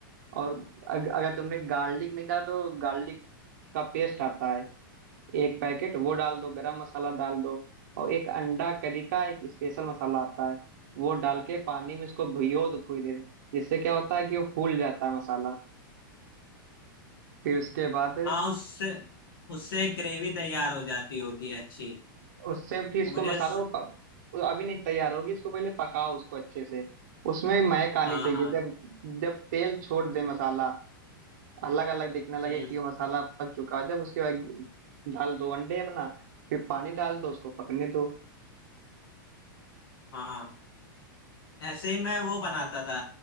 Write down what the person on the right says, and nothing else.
और अग, अगर तुमने गार्लिक नहीं डाला तो गार्लिक का पेस्ट आता है एक पैकेट वो डाल दो गरम मसाला डाल दो और एक अंडा करी का एक स्पेशल मसाला आता है वो डाल के पानी में इसको भिगो दो थोड़ी देर जिससे क्या होता है कि वो फूल जाता है मसाला फिर उसके बाद
उससे फिर इसको
मसाला
को प- वो अभी नहीं तैयार होगी इसको पहले पकाओ उसको अच्छे से उसमें महक आनी
चाहिए
जब जब तेल छोड़ दे मसाला अलग अलग दिखने लगे
कि वो मसाला पक चुका है जब उसके बाद डाल दो अंडे अपना फिर पानी डाल दो उसको पकने दो